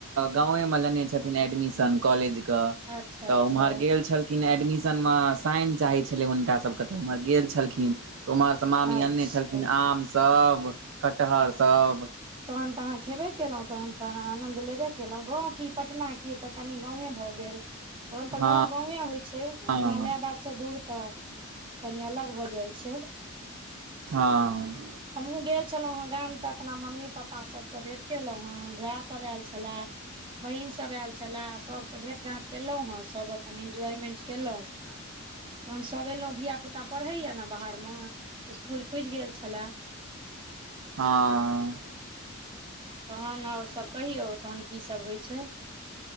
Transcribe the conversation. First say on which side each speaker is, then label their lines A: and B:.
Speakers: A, on the right; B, on the right.
A: गावे मे लेने छथिन एडमिशन कॉलेज।
B: अच्छा
A: तऽ
B: अच्छा
A: उम्हर गेल छल। लेकिन एडमिशनमे साइन चाहै छलै हुनका सभके तऽ ओम्हर गेल छलखिन तऽ ओम्हर। मामी
B: अच्छा
A: अन्ने छलखिन आम सभ कटहर सभ।
B: तहन तऽ अहाँ खेबे केलहुँ तहन तऽ अहाँ आनंन्द लेबे केलहुँ गाव कि पटना कि त। कनि गावे भऽ गेल तहन तऽ
A: हँ
B: गाव गावे होइ छै,
A: हँ
B: अपना माय बाप। से दूर तऽ कनी अलग भऽ जाइ छै।
A: हँ।
B: हमहुँ गेल छलू गाम तऽ अपना मम्मी पप्पा सभसँ भेट केलहुँ हे भैय सभ आयल छलए बहिन सभ आयल छला सभसँ भेट घांट केलो हे सभ अपन एंजॉयमेंट केलहु।
A: ह।
B: तहन सभ एलहुँ धियापुता पढ़ैया ने बाहर मे स्कुल खुजि गेल छलए।
A: हाँ।
B: तहन आओर सभ कहियौ तहन कि सभ होय छै।